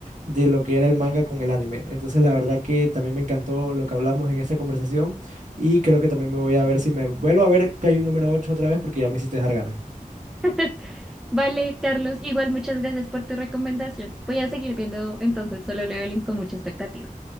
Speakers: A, on the right (about 60°); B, in the centre.
A: de lo que era el manga con el anime. Entonces la verdad que también me encantó lo que hablamos en esta conversación y creo que también me voy a ver si me vuelvo a ver Kaiju número ocho otra vez porque ya me hiciste dejar ganas.
B: <laughs> Vale, Carlos, igual muchas gracias por tu recomendación. Voy a seguir viendo entonces solo Leveling con mucha expectativa.